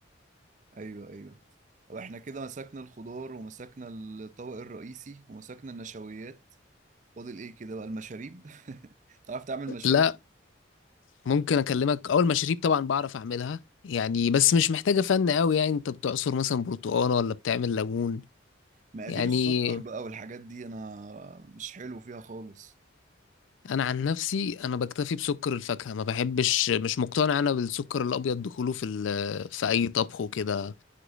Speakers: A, on the right; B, on the left.
A: ايوه ايوه واحنا كده مسكنا الخضار ومسكنا الطبق الرئيسي ومسكنا النشويات فاضل ايه كده بقى المشاريب <laughs> تعرف تعمل مشاريب
B: لا ممكن اكلمك اول مشاريب طبعا بعرف اعملها يعني بس مش محتاجة فن قوي يعني انت بتعصر مثلا برتقانة ولا بتعمل ليمون
A: مقادير
B: يعني
A: السكر بقى والحاجات دي انا مش حلو فيها خالص
B: انا عن نفسي انا بكتفي بسكر الفاكهه ما بحبش مش مقتنع انا بالسكر الابيض دخوله في ال- في اي طبخ وكده